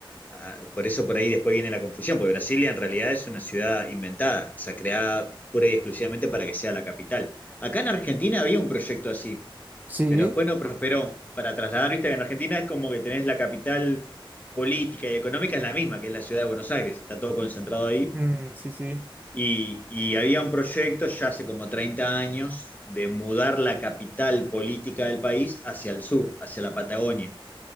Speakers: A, on the left (about 20°); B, on the right (about 20°).
A: Ah, Por eso por ahí después viene la confusión, porque Brasilia en realidad es una ciudad inventada, o sea, creada pura y exclusivamente para que sea la capital. Acá en Argentina había un proyecto así,
B: sí.
A: pero después no prosperó. Para trasladar, viste, en Argentina es como que tenés la capital política y económica es la misma, que es la ciudad de Buenos Aires, está todo concentrado ahí.
B: Mm, sí, sí,
A: Y, y había un proyecto ya hace como 30 años de mudar la capital política del país hacia el sur, hacia la Patagonia